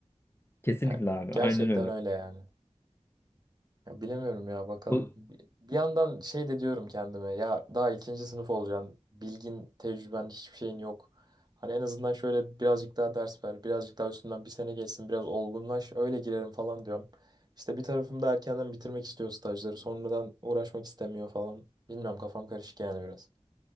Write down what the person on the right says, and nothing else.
Yani
gerçekten
öyle yani. Ya bilemiyorum ya bakalım.
Bir yandan şey de diyorum kendime ya daha ikinci sınıf olacaksın. Bilgin, tecrüben, hiçbir şeyin yok. Hani en azından şöyle birazcık daha ders ver. Birazcık daha üstünden bir sene geçsin. Biraz olgunlaş. Öyle girerim falan diyorum. İşte bir tarafım da erkenden bitirmek istiyor stajları. Sonradan uğraşmak istemiyor falan. Bilmiyorum kafam karışık yani biraz.